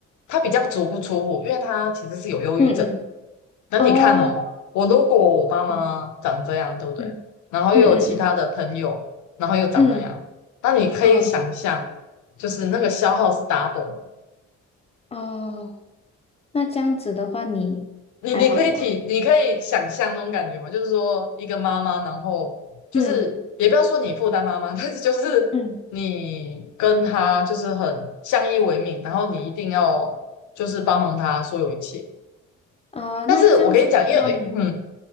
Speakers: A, on the left; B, on the left.
A: 她比较足不出户，因为她其实是有忧郁症。
B: 嗯嗯，
A: 那你看哦，
B: 哦，
A: 我如果我妈妈长这样，
B: 嗯
A: 对不对？
B: 嗯
A: 然后又有其他的朋友，
B: 嗯嗯
A: 然后又长那样，
B: 嗯
A: 那你可以想象，
B: 嗯
A: 就是那个消耗是 double 嘛？
B: 哦，那这样子的话你还好吗？
A: 你你可以体，你可以想象那种感觉吗？就是说，一个妈妈，然后就是也不要说你负担妈妈，
B: 嗯
A: <laughs> 但是就是你跟她就是很相依为命，
B: 嗯
A: 然后你一定要就是帮忙她所有一切。
B: 啊，
A: 但是我跟你讲，
B: 那这样子的话你
A: 因为嗯，